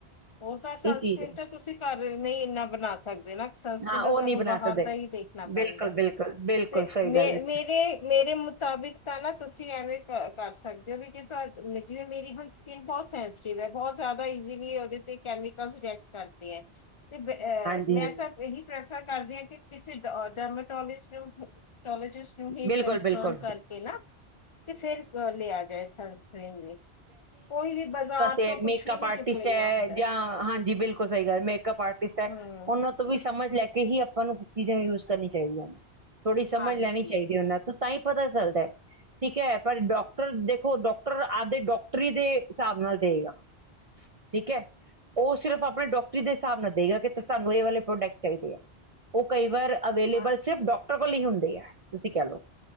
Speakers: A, on the left (about 50°); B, on the right (about 40°).
A: ਉਹ ਤਾਂ ਸਨਸਕ੍ਰੀਨ
B: ਇਹ ਚੀਜ਼ ਹੈ
A: ਤਾਂ ਤੁਸੀਂ ਘਰ ਨਹੀਂ ਇੰਨਾ ਬਣਾ ਸਕਦੇ ਨਾ। ਸੰਸਕ੍ਰਿਨ
B: ਹਾਂ ਉਹ
A: ਤੁਹਾਨੂੰ
B: ਨਹੀਂ ਬਣਾ
A: ਬਾਹਰ
B: ਸਕਦੇ
A: ਦਾ ਹੀ ਦੇਖਣਾ
B: ਬਿਲਕੁਲ-ਬਿਲਕੁਲ-ਬਿਲਕੁਲ
A: ਪੈਂਦਾ ਹੈ, ਤੇ
B: ਸਹੀ
A: ਮੇ
B: ਗੱਲ ਹੈ
A: ਮੇਰੇ ਮੇਰੇ ਮੁਤਾਬਿਕ ਤਾਂ ਨਾ ਤੁਸੀਂ ਐਵੇਂ ਕਰ ਸਕਦੇ ਹੋ ਵੀ ਜੇ ਜਿਵੇਂ, ਮੇਰੀ ਹ ਸਕਿਨ ਬਹੁਤ ਸੇਂਸਤੀਵ ਬਹੁਤ ਜ਼ਿਆਦਾ ਈਜ਼ੀਲੀ ਉਹਦੇ ਤੇ ਕੈਮੀਕਲ ਰਿਐਕਟ ਕਰਦੇ ਹੈ। ਤੇ ਅਹ
B: ਹਾਂਜੀ-ਹਾਂਜੀ-ਹਾਂਜੀ
A: ਮੈਂ ਤਾਂ ਇਹੀ ਪ੍ਰੈਫਰ ਕਰਦੇ ਹ ਕਿ, ਕਿਸੇ ਡਰਮਾਟੋਲਿਸਟ ਟੋਲੋਜਿਸਟ ਤੁਸੀਂ
B: ਬਿਲਕੁਲ-ਬਿਲਕੁਲ-ਬਿਲਕੁਲ-ਬਿਲਕੁਲ
A: ਕੰਨਸਰਨ ਕਰਕੇ ਨਾ ਤੇ ਫਿਰ ਲਿਆ ਜਾਏ ਸਨਸਕ੍ਰੀਨ ਵੀ, ਕੋਈ ਵੀ ਬਾਜ਼ਾਰ
B: ਮੇਕਅੱਪ
A: ਤੋਂ ਕੁਛ ਵੀ ਨਹੀਂ
B: ਆਰਟਿਸਟ
A: ਚੁੱਕ ਲਈਦਾ
B: ਹੈ,
A: ਹੁੰਦਾ
B: ਜਾਂ ਹਾਂਜੀ ਬਿਲਕੁਲ ਸਹੀ ਗੱਲ ਮੇਕਅਪ ਆਰਟਿਸਟ ਹੈ
A: ਹਮ
B: ਉਹਨਾਂ ਤੋਂ ਤੋਂ ਵੀ ਸਮਝ ਲੈ ਕੇ ਹੀ ਆਪਾਂ ਨੂੰ ਚੀਜ਼ਾਂ ਯੂਜ ਕਰਨੀਆਂ ਚਾਹੀਦੀਆਂ ਨੇ, ਥੋੜ੍ਹੀ ਸਮਝ
A: ਹਾਂਜੀ
B: ਲੈਣੀ ਤੂੰ ਤਾਂ ਹੀ ਪਤਾ ਚੱਲਦਾ। ਠੀਕ ਹੈ, ਪਰ ਡਾਕਟਰ ਦੇਖੋ, ਡਾਕਟਰ ਆਪਦੇ ਡਾਕਟਰੀ ਦੇ ਹਿਸਾਬ ਨਾਲ ਦੇਵੇਗਾ। ਠੀਕ ਹੈ, ਉਹ ਸਿਰਫ ਆਪਣੇ ਡਾਕ ਦੇ ਹਿਸਾਬ ਨਾਲ ਦੇਗਾ ਕਿ ਸਾਨੂੰ ਇਹ ਵਾਲੇ ਪ੍ਰੋਡਕਟ ਚਾਹੀਦੇ ਹੈ, ਉਹ ਕਈ ਵਾਰ ਅਵੇਲੇਬਲ
A: ਹਾਂਜੀ
B: ਸਿਰਫ ਡਾਕਟਰ ਲ ਹੀ ਹੁੰਦੇ ਆ, ਤੁਸੀਂ ਕਹਿ ਲਓ